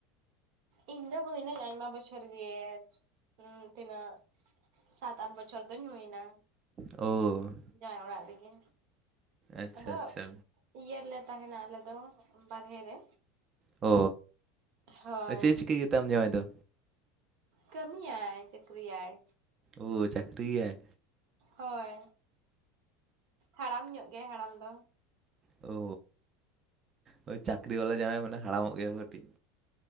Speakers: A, on the right; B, on the right.
A: ᱤᱧ ᱫᱚ ᱦᱩᱭᱱᱟᱹᱧ ᱟᱭᱢᱟ ᱵᱚᱪᱷᱚᱨ ᱜᱮ, ᱦᱩᱸ ᱛᱤᱱᱟᱹᱜ ᱥᱟᱛ ᱟᱴ ᱵᱪᱷᱚᱨ ᱫᱚᱧ ᱦᱩᱭᱱᱟ᱾
B: ᱳ
A: ᱡᱟᱶᱟᱭ ᱚᱲᱟᱜ ᱨᱮᱜᱮ,
B: ᱟᱪᱪᱷᱟ
A: ᱟᱫᱚ
B: ᱟᱪᱪᱷᱟ
A: ᱤᱭᱟᱹ ᱨᱮᱞᱮ ᱛᱟᱦᱮᱱᱟ ᱟᱞᱮ ᱫᱚ, ᱵᱟᱨᱦᱮ ᱨᱮ᱾
B: ᱚ,
A: ᱦᱳᱭ
B: ᱟ ᱪᱮᱫ-ᱮ ᱪᱤᱠᱟᱹᱭ ᱜᱮᱛᱮ ᱟᱢ ᱡᱟᱶᱟᱭ ᱫᱚ?
A: ᱠᱟᱹᱢᱤᱟᱭᱟᱭ ᱪᱟᱹᱠᱨᱤᱟᱭᱟᱭ᱾
B: ᱳ ᱪᱟᱠᱨᱤ ᱜᱮᱭᱟᱭ?
A: ᱦᱳᱭ, ᱦᱟᱲᱟᱢ ᱧᱚᱜ ᱜᱮᱭᱟᱭ ᱦᱟᱲᱟᱢ ᱫᱚ᱾
B: ᱚ, ᱦᱳᱭ ᱪᱟᱠᱨᱤ ᱵᱟᱞᱟ ᱡᱟᱶᱟᱭ ᱢᱟᱱᱮ ᱦᱟᱲᱟᱢᱚᱜ ᱜᱮᱭᱟ ᱠᱟᱹᱴᱤᱡ᱾